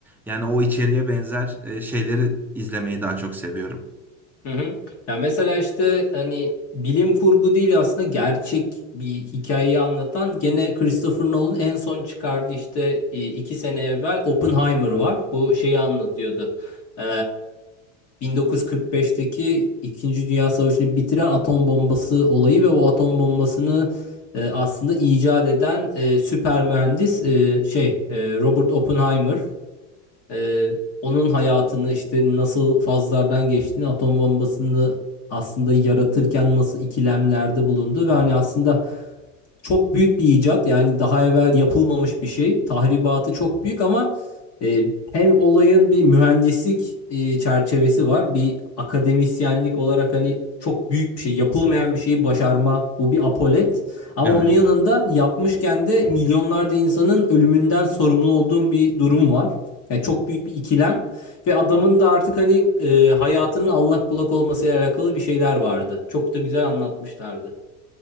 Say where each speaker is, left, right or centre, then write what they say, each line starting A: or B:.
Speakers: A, in the centre; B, on the left (about 40°).
A: yani o içeriğe benzer e, şeyleri izlemeyi daha çok seviyorum.
B: Hı hı. Ya mesela işte hani bilim kurgu değil aslında gerçek bir hikayeyi anlatan gene Christopher Nolan en son çıkardı işte e, iki sene evvel Oppenheimer var. Bu şeyi anlatıyordu. Ee, 1945'teki İkinci Dünya Savaşı'nı bitiren atom bombası olayı ve o atom bombasını e, aslında icat eden e, süper mühendis e, şey e, Robert Oppenheimer. Ee, onun hayatını işte nasıl fazlardan geçtiğini atom bombasını aslında yaratırken nasıl ikilemlerde bulundu ve hani aslında çok büyük bir icat. Yani daha evvel yapılmamış bir şey. Tahribatı çok büyük ama e, hem olayın bir mühendislik e, çerçevesi var. Bir akademisyenlik olarak hani çok büyük bir şey, yapılmayan bir şeyi başarma. Bu bir apolet. Ama
A: Evet.
B: onun yanında yapmışken de milyonlarca insanın ölümünden sorumlu olduğum bir durum var. Yani çok büyük bir ikilem ve adamın da artık hani e, hayatının allak bullak olmasıyla alakalı bir şeyler vardı. Çok da güzel anlatmışlardı.